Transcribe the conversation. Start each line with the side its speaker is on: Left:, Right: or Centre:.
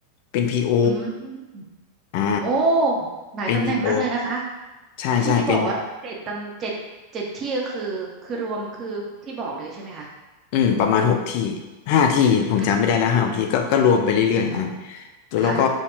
Left: เป็น PO
Right: อืม
Left: ออ่า
Right: โอ้หลายตำแหน่งมากเลยนะคะ
Left: เป็นพีโอใช่ใช่เป็น
Right: ที่ที่บอกว่าเจ็ดตำเจ็ดเจ็ดที่ก็คือคือรวมคือที่บอกเลยใช่ไหมคะ
Left: อืมประมาณหกที่ห้าที่ผมจำไม่ได้แล้วห้าหกที่ก็ก็รวมไปเรื่อยๆอ่ะ
Right: ค่ะอ่า
Left: ตัวเราก็
Right: ค่ะ